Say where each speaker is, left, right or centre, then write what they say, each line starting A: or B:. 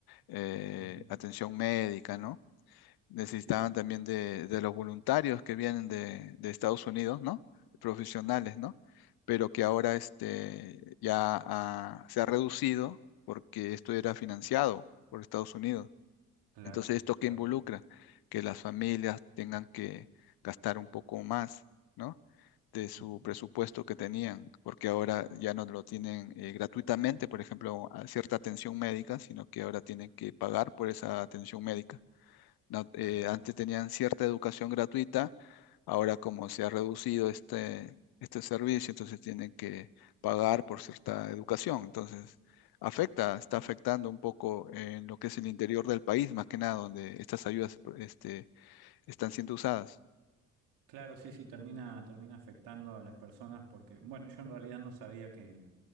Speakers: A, on the left; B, on the right.
A: eh,
B: Ujú,
A: atención médica, ¿no? Necesitaban
B: Sí,
A: también de, de los voluntarios que vienen de, de Estados Unidos, ¿no? Profesionales, ¿no? Pero que ahora este, ya ha- se ha reducido porque esto era financiado por Estados Unidos.
B: claro,
A: Entonces, ¿esto qué
B: claro,
A: involucra? Que las familias tengan que gastar un poco más, ¿no? De su
B: ujú,
A: presupuesto que tenían, porque ahora ya no lo tienen eh, gratuitamente, por ejemplo, a cierta atención médica, sino que ahora tienen que pagar por esa atención médica no-
B: claro.
A: eh, antes tenían cierta educación gratuita, ahora como se ha reducido este, este servicio, entonces tienen que pagar por cierta educación. Entonces, afecta, está afectando un poco en lo que es el interior del país, más que nada, donde estas ayudas este, están siendo usadas.
B: Claro, sí, sí, termina, termina afectando a las personas porque, bueno, yo en realidad no sabía que,